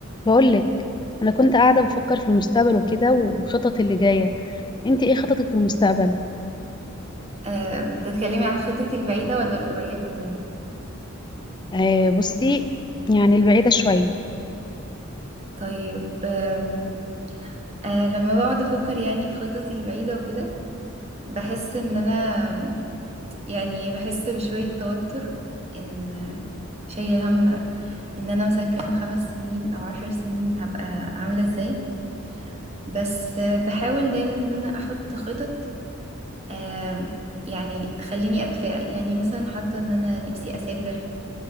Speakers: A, on the left; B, on the right.
A: بقولك انا كنت قاعده بفكر في المستقبل وكده وخطط اللي جايه انت ايه خططك في المستقبل
B: آه، بتتكلمي عن خططي البعيدة ولا القريبة طيب
A: آه بصي يعني البعيده شويه
B: طيب آم، آه، لما بقعد أفكر يعني في خططي البعيدة وكده بحس إن أنا آم، يعني بحس بشوية توتر إن شايلة هم إن أنا مثلا كمان خمس سنين أو عشر سنين هبقى عاملة إزاي بس آه، بحاول دايما إن أنا أحط خطط آم، يعني تخليني أتفائل يعني مثلا حاطة إن أنا نفسي أسافر